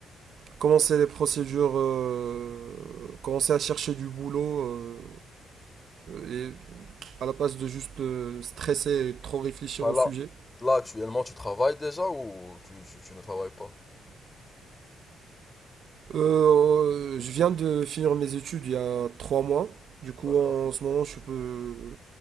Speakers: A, on the right; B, on the left.
A: commencer les procédures, euh, commencer à chercher du boulot euh, et à la place de juste euh, stresser et trop réfléchir
B: Bah
A: au
B: là,
A: sujet.
B: là actuellement tu travailles déjà ou tu, tu, tu ne travailles pas?
A: Euh, je viens de finir mes études il y a trois mois. Du coup,
B: D'accord.
A: en ce moment, je peux,